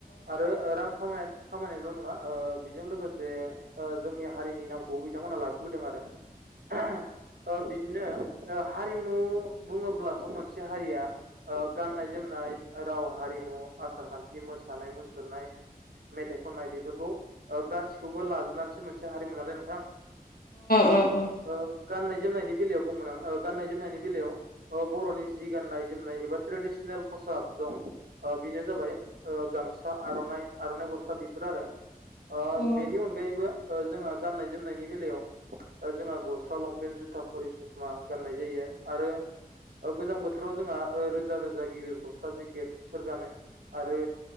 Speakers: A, on the right; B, on the left.
A: आरो रां खामना खामायनायल' नङा ओ बेजों लोगोसे ओजोंनि हारिनि नामखौबो बिथांमोना लाखिबोदों आरो उम ओबिदिनो हारिमु बुङोब्लाथ' मोनसे हारिया ओ गाननाय जोमनाय रावा हारिमु आसार -खान्थि मोसानाय -मुसुरनाय मेथाइ खननाय बेफोरखौ ओगासिखौबो लाजोबनानैसो मोनसे हारिमु नालाय नोंथां
B: उम उम
A: औ गाननाय जोमनायनि बेलायाव बुंगोन आं गाननाय जोमनायनि बेलायाव बर'नि जि गाननाय जोमनाय एबा ट्रेडिस नेल खसाब दं। बेनो जाबाय गामसा आर'नाइ आर'नाइ गस्ला बेफोर आरो ओ
B: उम
A: बेनि अनगायैबो जोङो गाननाय जोमनायनि बेलायाव जोंहा गस्ला लंपेन्ट जुथा खरि ससमा गाननाय जायो आरो गोजां बोथोराव जोंहा रोजा रोजा गिदिर गस्ला जेकेटफोर गानो आरो